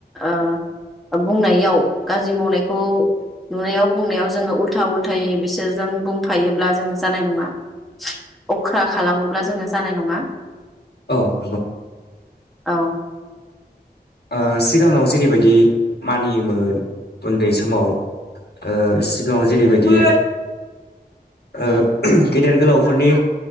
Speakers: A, in the centre; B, on the left.
A: ओ बुंनायाव गाज्रि मावनाय खौ नुनायाव बुंनायाव जोङो उल्था उल्थायै बिसोरजों बुंफायोब्ला जोङो जानाय नङा। अख्रा खालामोब्ला जोङो जानाय नङा
B: औ नंगौ।
A: औ
B: ओ सिगाङाव जेरैबायदि मानियोमोन उन्दै समाव ओ सिगाङाव जेरैबायदि ओ गेदेर गोलावफोरनि